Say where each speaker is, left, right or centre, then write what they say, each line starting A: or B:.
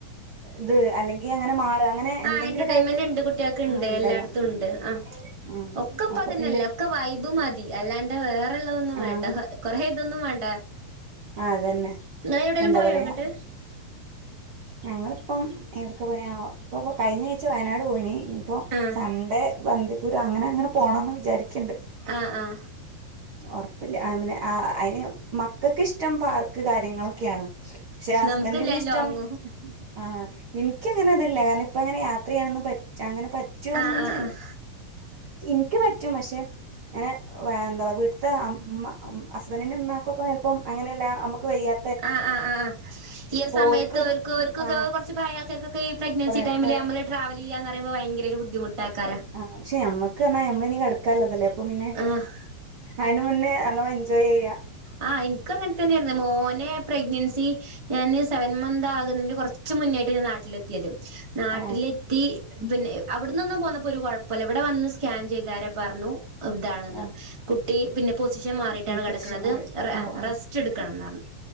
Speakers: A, on the right (about 55°); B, on the right (about 15°).
A: ഇത് അല്ലെങ്കിൽ അങ്ങനെ മാള് അങ്ങനെ എന്തെങ്കിലുമൊക്കെ
B: ആഹ് എന്റർടൈൻമെന്റ്
A: ആയിട്ട്
B: ഇണ്ട് കുട്ടിയാക്ക് ഇണ്ട്
A: ആ ഉണ്ടല്ലോ
B: എല്ലായിടത്തും
A: ഉം
B: ഉണ്ട് ആഹ്
A: ഉം ആ
B: ഒക്കെ പ-
A: അപ്പൊ
B: ക്കുന്നില്ല
A: പിന്നെ
B: ഒക്കെ വൈബ് മതി അല്ലാണ്ട് വേറെള്ളതൊന്നും
A: ആഹ്
B: വേണ്ട കൊറെ ഇതൊന്നും വേണ്ട
A: ആഹ് അതന്നെ
B: നിങ്ങള് എവിടേലും
A: എന്താ
B: പോയോ
A: പറയാ
B: അങ്ങട്ട്
A: ഞങ്ങളിപ്പം എവിടെക്ക് പോയിനാ ഇപ്പപ്പം കഴിഞ്ഞ ആഴ്ച വയനാട് പോയിന് ഇനിപ്പോ
B: ആഹ്
A: സൺഡേ വന്ദിപ്പൂര് അങ്ങനെ അങ്ങനെ പോണന്ന് വിചാരിക്കിണ്ട്
B: ആഹ് ആഹ്
A: ഒർപ്പില്ല്യ ആ പിന്നെ ആ അയിന് മക്കക്ക് ഇഷ്ടം പാർക്ക് കാര്യങ്ങളൊക്കെയാണ് ക്ഷെ ഹസ്ബന്റിന്
B: നമുക്കില്ല
A: ഇഷ്ടം
B: ലോങ്ങും
A: ആഹ് എനിക്കങ്ങനെ അതില്ല കാരണം ഇപ്പം അങ്ങനെ യാത്ര ചെയ്യാന് ഒന്നും പറ്റില്ല അങ്ങനെ പറ്റുവോന്നൊന്നല്ലേ
B: ആഹ് ആഹ് ആഹ്
A: ഇനിക്ക് പറ്റും പക്ഷെ അങ്ങനെ എന്താ പറ വീട്ടത്തെ അമ്മ ഹസ്ബന്റിന്റെ ഉമാക്കൊക്കെ ചിലപ്പം അങ്ങനെയല്ല നമ്മുക്ക് വയ്യാ
B: ആഹ് ആഹ് ആഹ് ഈ ഒരു സമയത്ത്
A: ഓർക്ക്
B: ഒരു ഓൽക്കൊക്കെ
A: ആ
B: കുറെ പ്രായക്കാർക്കെ ഈ പ്രഗ്നൻസി
A: പറയുമ്പോ
B: ടൈമില് നമ്മള് ട്രാവൽ ച്ചെയന്ന് പറുമ്പോ ഭയങ്കര ബുദ്ധിമുട്ട് ആക്കാരാണ്
A: ആഹ് പക്ഷെ നമ്മുക്ക് പറഞ്ഞാ നമ്മള് ഇ കട ക്കാള്ളതല്ലേ അപ്പൊ പിന്നെ
B: ആഹ്
A: അയ്ന് മുന്നേ നല്ലോ എൻജോയ് ചെയ്യാ
B: ആ ഇൻക്ക് അങ്ങൻ തന്നേര്ന്ന് മോനെ പ്രഗ്നൻസി ഞാന് സെവൻ മന്ത് ആകുന്നതിന് കൊറച്ച് മുന്നേട്ട് ഞാൻ നാട്ടിലെത്തിയത് നാട്ടില്
A: ആഹ്
B: ത്തി പിന്നെ അവിടന്നൊന്നും പോന്നപ്പോ ഒരു കുഴപ്പല്ല ഇവിടെ വന്ന് സ്കാൻ ചെയ്താര പറഞ്ഞു അവ് താണെന്ന്
A: ഓ
B: കുട്ടി പിന്നെ പൊസിഷൻ മാറിട്ടാണ്
A: പൊ
B: കിടക്കണത്
A: പൊസിഷൻ മാറി
B: റെ
A: ഓ ഓ
B: റെസ്റ്റ് എടുക്കണം ന്നർഞ്ഞു